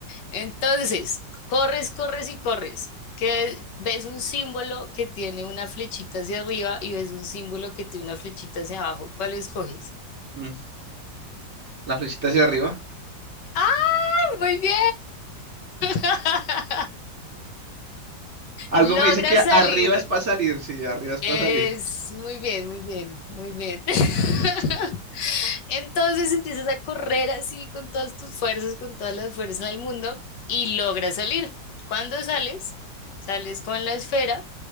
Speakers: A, on the left; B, on the right.
A: Entonces, corres, corres y corres, que ves un símbolo que tiene una flechita hacia arriba y ves un símbolo que tiene una flechita hacia abajo. ¿Cuál escoges?
B: Mm, La flechita hacia arriba.
A: ¡Ah, muy bien! <laughs>
B: Algo
A: Logras
B: me dice que
A: salir.
B: arriba es para salir, sí, arriba es para
A: Es
B: salir.
A: muy bien, muy bien, muy bien. <laughs> Entonces empiezas a correr así con todas tus fuerzas, con todas las fuerzas del mundo y logras salir. Cuando sales, sales con la esfera,